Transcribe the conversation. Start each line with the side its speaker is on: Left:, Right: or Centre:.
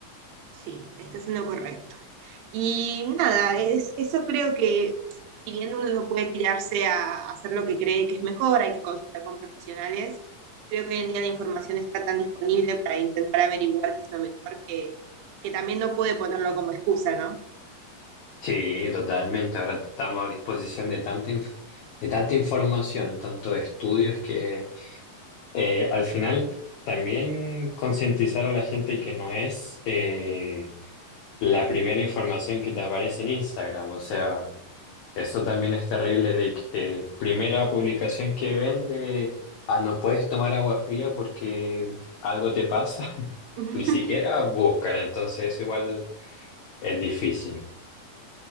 Right: Sí, estás en lo correcto. Y nada, es, eso creo que si bien uno no puede tirarse a hacer lo que cree que es mejor, hay que consultar con profesionales, creo que hoy en día la información está tan disponible para intentar averiguar qué es lo mejor que, que también no puede ponerlo como excusa, ¿no?
Left: Sí, totalmente. Ahora estamos a disposición de tanta, inf- de tanta información, tanto de estudios que eh, al final también concientizar a la gente que no es eh, la primera información que te aparece en Instagram. O sea, eso también es terrible de que eh, primera publicación que ven de, ah, no puedes tomar agua fría porque algo te pasa. <laughs>
Right: <laughs>
Left: Ni siquiera buscan, entonces eso igual es difícil.